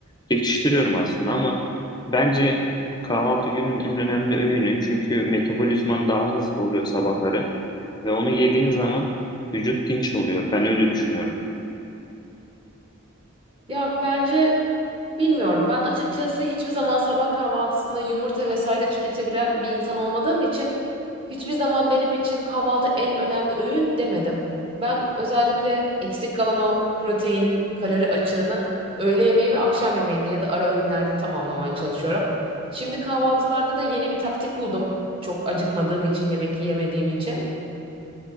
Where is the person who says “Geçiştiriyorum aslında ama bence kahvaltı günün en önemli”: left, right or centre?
Left